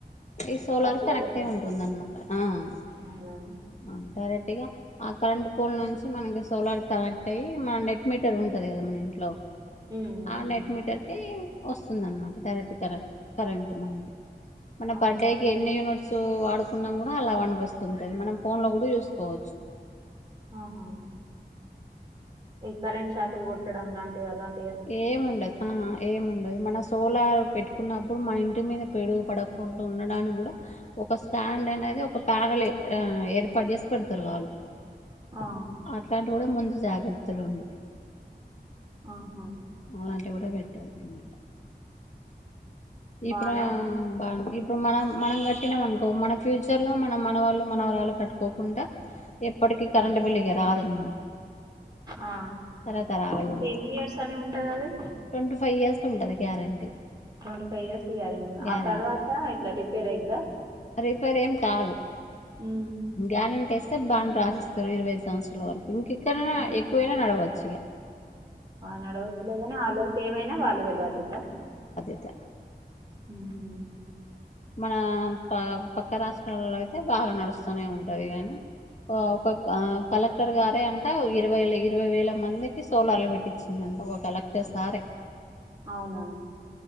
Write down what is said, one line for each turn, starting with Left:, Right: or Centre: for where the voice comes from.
Left: ఈ సోలార్
Right: సప్లై
Left: కనెక్ట్
Right: అవుతది
Left: అయ్ ఉంటుందనమాట ఆ
Right: అవునా
Left: డైరెక్ట్ గా ఆ కరెంట్ పోల్ నుంచి మనకి సోలార్ కనెక్ట్ అయ్యి మన నెట్ మీటర్ ఉంటది కదా మన ఇంట్లో
Right: హ్మ్.
Left: ఆ నెట్ మీటర్ కీ వస్తుందన్నమాట డైరెక్ట్ కరె కరెంట్ మనకి మన
Right: ఆహా!
Left: పర్ డే
Right: ఇట్లా
Left: కి ఎన్ని యూనిట్స్ వాడు కున్నా కూడా అలా వనిపిస్తుంటయ్ మనం ఫోన్ ల కూడా యూసుకోవచ్చు
Right: ఆహా ఈ కరెంట్ శాకులు కొట్టడం లాంటివి అలాం
Left: ఏము ఉండదు ఆ ఏము ఉండదు మన సోలార్ పెట్టుకున్నప్పుడు మన ఇంటి మీద పెడుగు పడకుండా ఉండడానికి కూడా ఒక స్టాండ్ అనేది ఒక ప్యానల్ ఏ ఏర్పాటు చేసి పెడతారు వాళ్ళు
Right: ఆ!
Left: అట్లాంటి కూడా ముందు జాగ్రత్తలు ఉన్నాయి
Right: ఆహా
Left: అలాంటివి కూడా పెట్టాల్సిందే
Right: బానే
Left: ఇప్పుడ
Right: ఉంది.
Left: బాంది ఇప్పుడు మనం మనం కట్టినాం అనుకో మన ఫ్యూచర్ లో మనం మన వళ్ళు మనవరాళ్లు కట్టుకోకుండా ఎప్పటికీ
Right: హ్మ్.
Left: కరెంటు బిల్ ఇగ రాదనమాట
Right: ఆ
Left: తరతరాలుగా
Right: అంటే
Left: ఉంటది
Right: ఎన్ని ఇయర్స్ అని ఉంటది అది
Left: ట్వంటీ ఫైవ్ ఇయర్స్ ఉంటది guarantee
Right: twenty five years guarantee
Left: గ్యారంటీ
Right: ఆ తర్వాత ఇట్లా రిపేర్ అయిద్దా
Left: రిపేరేం కాదు
Right: హ్మ్.
Left: గ్యారెంటీ ఇస్ స్తరు బాండ్ రాసిస్తారు ఇరవైఐదు సంవత్సరాల వరకు ఇంకె కన్నా
Right: ఆహా!
Left: ఎక్కువైనా నడవచ్చు చ్చిగా
Right: ఆ నడవచ్చులేగానీ ఆ లోపు ఏమైనా వాళ్ళదే బాధ్యత
Left: ఇక
Right: ఊహు
Left: మన ప పక్క రాష్ట్రాలో అయితే బాగా నడుస్తూనే ఉంటది గానీ ఒక కలెక్టర్ గారే అంటే ఇరవై ఇరవై వేల మందికి సోలార్లు పెట్టించిన్నంట ఒక కలెక్టర్ సారే
Right: అవునా?